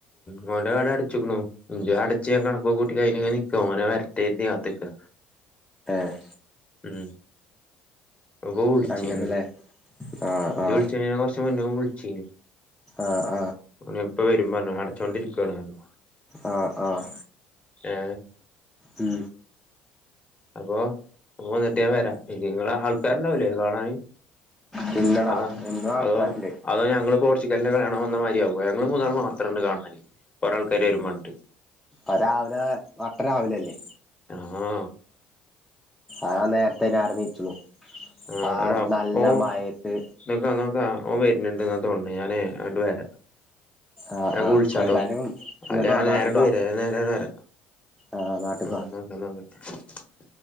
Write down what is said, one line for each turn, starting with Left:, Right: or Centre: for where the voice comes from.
Left: കടം അടച്ചുക്കുണു അടച്ച് കണക്കൊക്കെ കൂട്ടികഴിഞ്ഞ് ഇങ്ങനെക്കാ ഓനെവരട്ടെവര്തികാത്ത്ക്കാ
Centre: ആഹ്
Left: ഉം പ്പൊബൾചീനു
Centre: അങ്ങനെല്ലേ ആ
Left: ജ്ജ്‌
Centre: ആ
Left: വിളിച്ചേനനെ കൊർച് മുന്നേ വിളിച്ചീനു
Centre: ആഹ്
Left: അവന് ഇപ്പവരും പറഞ്ഞു അടച്ചോണ്ടിരിക്കണ്റഞ്ഞു
Centre: ആ ആ
Left: ഏ
Centre: മ്
Left: അപ്പൊ ഓ വന്നിട്ട് ഞാവരാ നിങ്ങളെ ആൾക്കാരുണ്ടാവൂലേ കാണാന്?
Centre: പിന്നെടാ
Left: അ
Centre: എന്നും ആൾക്കാരുണ്ട്
Left: അതോ അതോ ഞങ്ങള് ച്ച്ഗൽന്റെ കളിയാണാൻ വന്നമാരിയാവും ഞങ്ങൾ മൂന്നാളും മാത്രംണ്ട് കാണാന് കൊറേൾക്കാര് വരുപറഞ്ഞിട്ട്
Centre: അ രാവിലെ നട്ടരാവിലെല്ലേ?
Left: ആഹാ
Centre: ആ നേരത്തെയ്ന് ആരു നീച്ചുണു
Left: ആഹ്
Centre: ആ
Left: എടാ
Centre: നല്ല
Left: ഓ
Centre: മയത്ത്
Left: നോക്കാം നോക്കാം ഓൻ വര്ന്ന്ണ്ട്ന്നതൊൺണ് ഞാനെയ് അങ്ങട്ട് വര
Centre: ആ
Left: ഞാൻ
Centre: ആ
Left: വിളിച്ചാട്ടോ
Centre: എന്തായാലും ഇങ്ങോട്ട്
Left: അല്ല
Centre: വാ
Left: ഞാൻ
Centre: നാട്ടിക്ക്
Left: നേരണ്ട്
Centre: വാ
Left: വര നേര വര.
Centre: ആ നാട്ടിക്ക്
Left: <unintelligible>
Centre: വാ